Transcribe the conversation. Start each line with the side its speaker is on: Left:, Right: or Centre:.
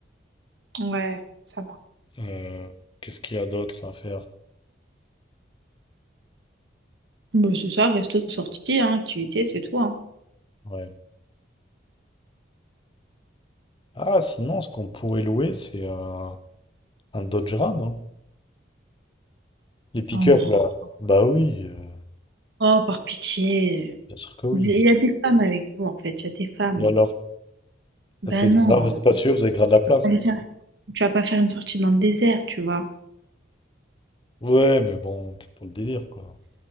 Right: Ouais, ça va.
Left: Euh, qu'est-ce qu'il y a d'autre à faire?
Right: Bon, c'est ça, resto, sortie, hein, activité, c'est tout, hein.
Left: Ouais. Ah, sinon, ce qu'on pourrait louer, c'est euh, un Dodge Ram, hein. Les pick-up,
Right: Oh non.
Left: là. Bah oui, euh,
Right: Oh, par pitié.
Left: bien sûr que oui.
Right: Il y a des femmes avec vous, en fait, il y a des femmes.
Left: Et alors? C'est
Right: Ben non.
Left: grave spacieux, vous avez grave de la place.
Right: euh, Tu vas pas faire une sortie dans le désert, tu vois.
Left: Ouais, mais bon, c'est pour le délire, quoi.